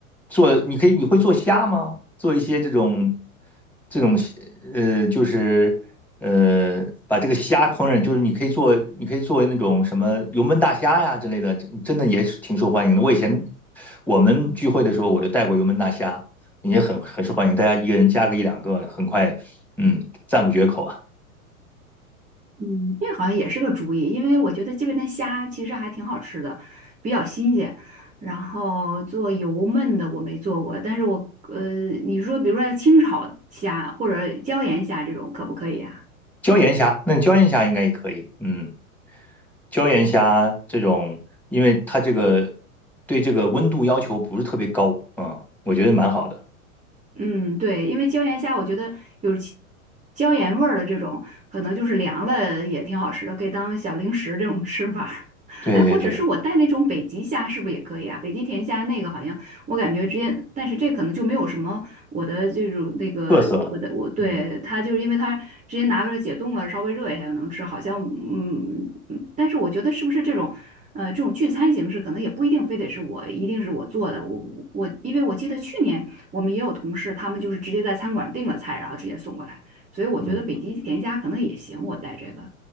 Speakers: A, in the centre; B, on the right.
A: 做你可以你会做虾吗？做一些这种这种呃，就是呃，把这个虾烹饪，就是你可以做，你可以做那种什么油焖大虾呀之类的，真真的也是挺受欢迎的。我以前我们聚会的时候，我就带过油焖大虾，也很很受欢迎，大家一个人加个一两个，很快，嗯，赞不绝口啊。
B: 嗯，这好像也是个主意，因为我觉得这边的虾其实还挺好吃的，比较新鲜。然后做油焖的我没做过，但是我呃你说比如说像清炒虾或者椒盐虾这种可不可以啊？
A: 椒盐虾，那椒盐虾应该也可以，嗯。椒盐虾这种，因为它这个对这个温度要求不是特别高，嗯，我觉得蛮好的。
B: 嗯，对，因为椒盐虾，我觉得有其椒盐味儿的这种，可能就是凉了也挺好吃的，可以当小零食这种吃法。
A: 对对对，
B: 哎，或者是我带那种北极虾，是不是也可以啊？北极甜虾那个好像我感觉直接，但是这可能就没有什么我的这种那个我的我对它就是因为它直接拿出来解冻了，
A: 特色了。嗯
B: 稍微热一下就能吃，好像嗯，嗯但是我觉得是不是这种呃这种聚餐形式，可能也不一定非得是我一定是我做的，我我因为我记得去年我们也有同事，他们就是直接在餐馆订了菜，然后直接送过来，所以我觉得北极甜虾可能也行，
A: 嗯。
B: 我带这个。